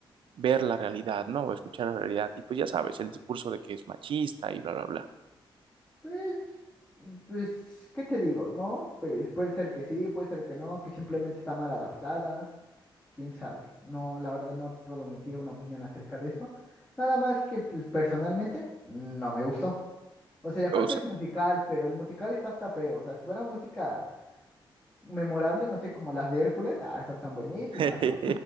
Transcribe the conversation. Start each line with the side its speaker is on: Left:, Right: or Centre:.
Right: ver la realidad, ¿no? O escuchar la realidad. Y pues ya sabes, el discurso de que es machista y bla, bla, bla.
Left: pues, pues, ¿qué te digo? ¿No? Pues puede ser que sí, puede ser que no, que simplemente está mal adaptada. quién sabe. No, la verdad no puedo emitir una opinión acerca de eso. Nada más que, pues, personalmente, no me gustó. O sea, y aparte
Right: O sea,
Left: es musical, pero el musical está hasta feo. O sea, si fuera música memorable, no sé, como las de Hércules, ah, esas están buenísimas,
Right: <laughs>
Left: ¿no?